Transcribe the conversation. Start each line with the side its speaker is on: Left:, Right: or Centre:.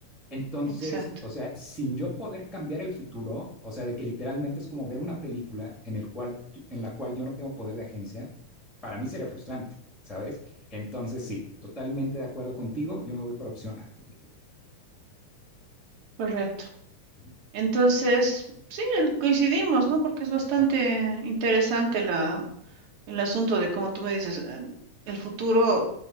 Centre: Entonces,
Right: Exacto,
Centre: o sea, sin yo poder cambiar el futuro, o sea, de que literalmente es como ver una película en, el cual, en la cual yo no tengo poder de agencia, para mí sería frustrante, ¿sabes? Entonces, sí, totalmente de acuerdo contigo, yo me voy por opción A también.
Right: correcto.
Centre: Uh -huh.
Right: Entonces, sí, en- coincidimos, ¿no? Porque es bastante
Centre: Claro,
Right: interesante la. El asunto de, como tú me dices, em, el futuro